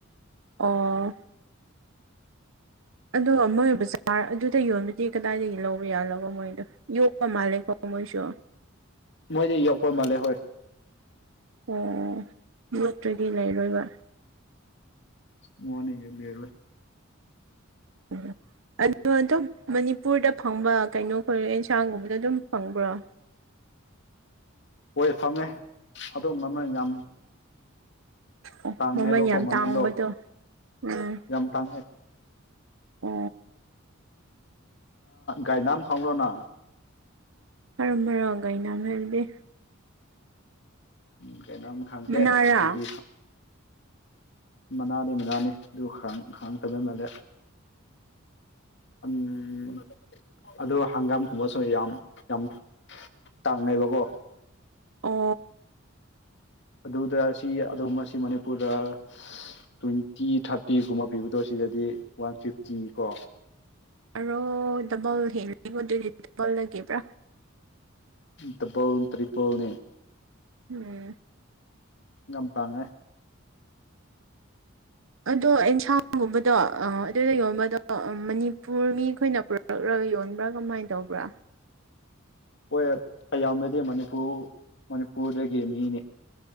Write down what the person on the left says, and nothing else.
ꯃꯣꯏꯗꯤ ꯌꯎꯈ ꯃꯥꯜꯂꯦ ꯍꯣꯏ꯫
ꯍꯅꯤ ꯦꯔ
ꯑꯣꯏ ꯐꯪꯉꯦ ꯑꯗꯨꯝꯕꯅ ꯌꯥꯝ
ꯇꯥꯡꯉꯦꯕꯀꯣ
ꯃꯃꯜꯗꯣ
ꯌꯥꯝ ꯇꯥꯡꯉꯦ
ꯒꯥꯏꯅꯥ ꯈꯪꯕ꯭ꯔꯣꯅ
ꯎꯝ ꯀꯩꯅꯣꯝ ꯈꯪꯗꯦ
ꯑꯗꯨꯗꯤ ꯃꯅꯥꯅꯤ ꯃꯅꯥꯅꯤ ꯑꯗꯨ ꯍꯥꯡꯇꯕꯩ ꯃꯥꯜꯂꯦ
ꯎꯝ ꯑꯗꯣ ꯍꯪꯒꯥꯝꯒꯨꯝꯕꯁꯨ ꯌꯥꯝ ꯌꯥꯝ ꯇꯥꯡꯉꯦꯕꯀꯣ꯫
ꯑꯗꯨꯗ ꯁꯤ ꯑꯗꯨꯝ ꯑꯁꯤ ꯃꯅꯤꯄꯨꯔꯗ ꯇ꯭ꯋꯦꯟꯇꯤ ꯊꯥꯔꯇꯤꯒꯨꯝꯕ ꯄꯤꯕꯗꯣ ꯁꯤꯗꯗꯤ ꯋꯥꯟ ꯐꯤꯐꯇꯤ ꯀꯣ
ꯗꯕꯜ ꯇ꯭ꯔꯤꯄꯅꯦ
ꯌꯥꯝ ꯇꯥꯡꯉꯦ
ꯍꯣꯏ ꯑꯌꯥꯝꯕꯗꯤ ꯃꯅꯤꯄꯨꯔ ꯃꯅꯤꯄꯨꯔꯗꯒꯤ ꯃꯤꯅꯤ